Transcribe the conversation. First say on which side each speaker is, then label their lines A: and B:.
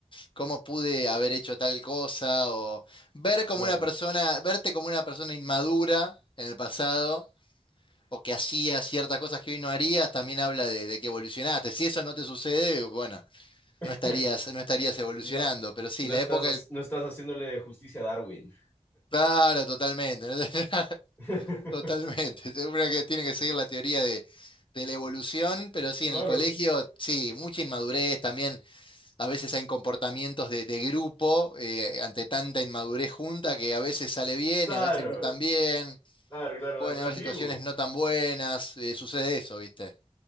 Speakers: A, on the left (about 45°); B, on the left (about 20°).
A: ¿cómo pude haber hecho tal cosa? O ver como
B: claro.
A: una persona, verte como una persona inmadura en el pasado o que hacía ciertas cosas que hoy no harías, también habla de, de que evolucionaste. Si eso no te sucede, bueno,
B: <laughs>
A: no estarías, no estarías evolucionando,
B: No,
A: pero sí,
B: no
A: la
B: estás,
A: época del...
B: no estás haciéndole justicia a Darwin.
A: Claro, totalmente. <laughs>
B: <laughs>
A: Totalmente, <laughs> seguro que tiene que seguir la teoría de, de la evolución, pero sí,
B: Claro.
A: en el colegio, sí, mucha inmadurez, también a veces hay comportamientos de, de grupo eh, ante tanta inmadurez junta que a veces sale bien
B: Claro,
A: y a veces no tan bien,
B: claro, claro,
A: pueden
B: la,
A: haber
B: la tribu.
A: situaciones no tan buenas, eh, sucede eso, ¿viste?